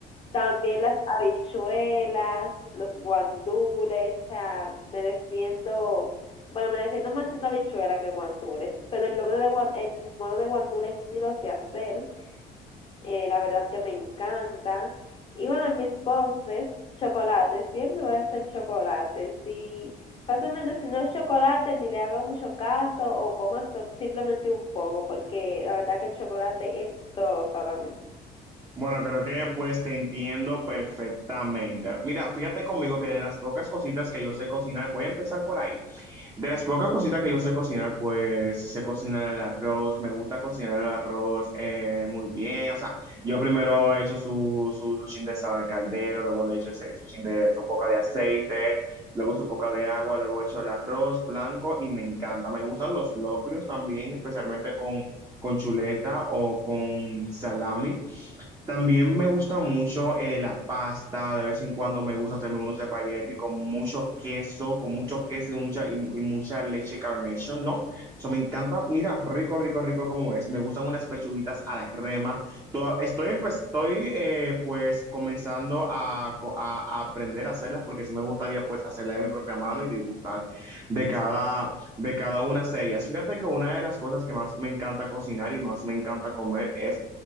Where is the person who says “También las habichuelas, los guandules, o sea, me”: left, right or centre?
Left